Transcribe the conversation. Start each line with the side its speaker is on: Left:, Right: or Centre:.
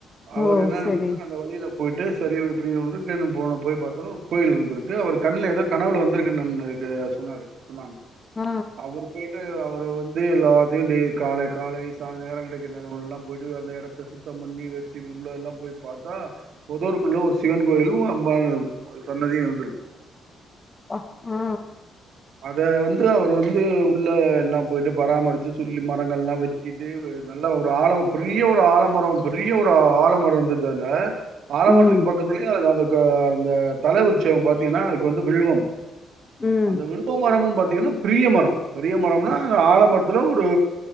Right: அவர்
Left: ஓ
Right: என்னன்
Left: சரி
Right: அப்டினா அந்த வழியில போயிட்டு சரி இப்புடி <unintelligible> போன போய் பாத்தணு கோயில் இருந்துருக்கு அவர் கண்ல எதோ கனவுல வந்துருக்கு நன்னுக்கு சொன்னாரு சொன்னாங்க
Left: ஆ
Right: அவரு போயிட்டு அவரு வந்து எல்லாத்தயு டெய் காலை காலை ச நேர கெடக்கிற நேர எல்லா போயிட்டு அந்த எடத்த சுத்தம் பண்ணி வெட்டி உள்ள எல்லா போய் பாத்தா பொதருக்குள்ள ஒரு சிவன் கோயிலும் அம்பா சன்னதியு இருந்துருக்கு
Left: அ ஆ
Right: அத வந்து அவர் வந்து உள்ள எல்லாம் போயிட்டு பராமரிச்சு சொல்லி மரங்கள் எல்லாம் வெட்டிட்டு நல்ல ஒரு ஆழ பெரிய ஒரு ஆலமரம் பெரிய ஒரு ஆழமரம் வந்தக்கல்ல ஆழமரத்துக்கு
Left: ம்
Right: பக்கத்துலயே அதுல கா அந்த தல உற்சவம் பாத்தீங்கன்னா அதுக்கு வந்து வில்வம்
Left: உம்
Right: அந்த வில்வ மரமும் பா்த்தீங்கன்னா பெரிய மரம் பெரிய மரம்னா ஆலமரத்துல ஒரு